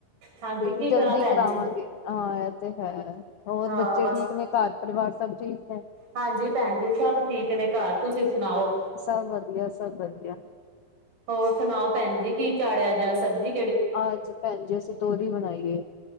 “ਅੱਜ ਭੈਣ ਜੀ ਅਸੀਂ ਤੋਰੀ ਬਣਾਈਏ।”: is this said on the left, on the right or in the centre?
Left